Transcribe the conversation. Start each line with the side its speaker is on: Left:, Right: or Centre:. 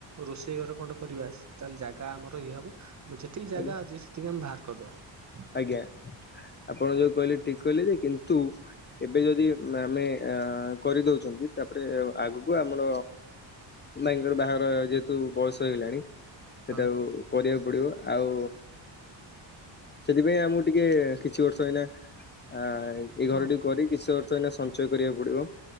Right: ରୋଷ ଷେଇ ଘରେ ଖଣ୍ଡେ କରିବା ।ତାହେଲେ ଜାଗା ଆମର ଇଏ ହବ ଯେତିକି ଜାଗା
Left: ଆଜ୍ଞା
Right: ଅଛି ସେତିକି ଆମେ ବାହାର କରିଦବା।
Left: ଆଜ୍ଞା। ଆପଣ ଯଉ କହିଲେ ଠିକ କହିଲେ ଯେ। କିନ୍ତୁ ଏବେ ଯଦି ଆମେ ଅ କରିଦଉଛନ୍ତି ତାପରେ ଆଗକୁ ଆମର ନାଇଁ ବାହାଘର ଯେହେତୁ ବୟସ ହେଇଗଲାଣି। ସେଟାକୁ
Right: ହଁ
Left: କରିବାକୁ ପଡିବ। ଆଉ ସେଥିପାଇଁ ଆମକୁ ଟିକେ କିଛି ବର୍ଷ ଏଇନା ଆ ଏଇ
Right: ହଁ
Left: ଘର ଟିକୁ କରି କିଛି ବର୍ଷ ଏଇନା ସ ଞ୍ଚୟ କରିବାକୁ ପଡିବ।